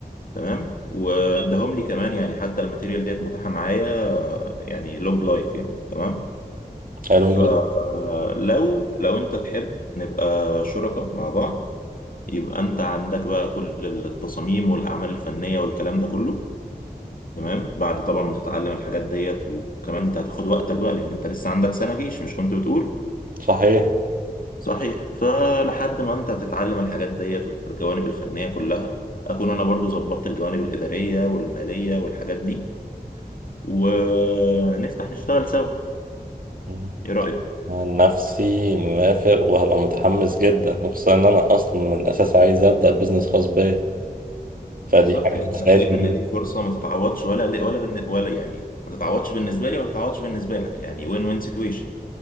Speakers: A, on the left; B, on the right.
A: تمام واداهم لي كمان يعني حتى الماتيريال ديت متاحه معايا آه، يعني لونج لايف يعني تمام
B: حلو
A: فلو
B: جدا
A: لو انت تحب نبقى شركاء مع بعض يبقى انت عندك بقى كل التصاميم والاعمال الفنيه والكلام ده كله تمام بعد طبعا ما تتعلم الحاجات ديت وكمان انت هتاخد وقتك بقى لان انت لسه عندك سنة جيش مش كنت بتقول
B: صحيح
A: صحيح فلحد ما انت تتعلم الحاجات ديت والجوانب الفنية كلها اكون انا برضو ظبطت الجوانب الإدارية والمالية والحاجات دي ونفتح نشتغل سوا
B: مم.
A: ايه رأيك
B: عن نفسي موافق وهبقى متحمس جدا وخصوصا ان انا اصلا من الاساس عايز ابدا بزنس خاص بيا فدي
A: بالظبط
B: حاجة
A: يعني
B: هتساعدني
A: انا شايف ان دي فرصة ما تتعوضش ولا ولا بالن- ولا يعني ما تتعوضش بالنسبة لي وما تتعوضش بالنسبة لك يعني وين وين سيتويشن